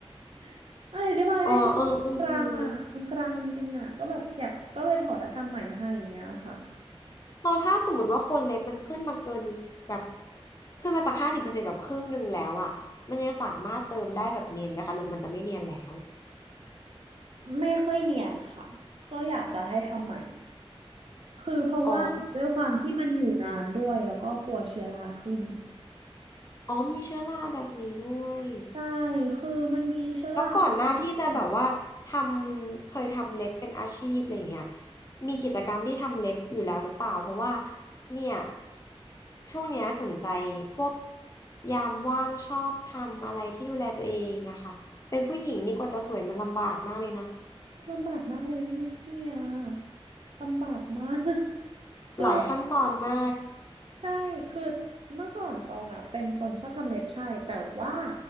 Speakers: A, on the right; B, on the left.
A: <laughs> อะไรได้บายไม่ถูกกรังอ่ะมันกรังจริงอ่ะก็แบบอยากก็เลยถอดแล้วทำใหม่ให้อย่างเงี้ยค่ะ
B: อ๋อเอออืมอืมเราถ้าสมมติว่าคนเล็บมันขึ้นมาเกินแบบขึ้นมาจากห้าสิบเปอร์เซ็นต์แบบครึ่งหนึ่งแล้วอ่ะมันยังสามารถเติมได้แบบเนียนไหมคะหรือมันจะไม่เนียนแล้ว
A: ไม่ค่อยเนียนค่ะก็อยากจะให้ทำใหม่คือเพราะว่าด้วยความที่มันอยู่นานด้วยแล้วก็กลัวเชื้อราขึ้น
B: อ๋ออ๋อมีเชื้อราแบบนี้ด้วย
A: ใช่คือมันมีเชื้อรา
B: แล้วก่อนหน้าที่จะแบบว่าทำเคยทำเล็บเป็นอาชีพอะไรอย่างเงี้ย
A: แบบ
B: มีกิจกรรมที่ทำเล็บอยู่แล้วหรือเปล่าเพราะว่าเนี่ยช่วงเนี้ยสนใจพวกยามว่างชอบทำอะไรที่ดูแลตัวเองอะค่ะเป็นผู้หญิงนี่กว่าจะสวยมันลำบากมากเลยนะ
A: ลำบากมากเลยพี่พี่เมียลำบากมาก <laughs> คือ
B: หลายขั้นตอนมาก
A: ใช่ คือเมื่อก่อนตองอ่ะเป็นคนชอบทำเล็บใช่แต่ว่า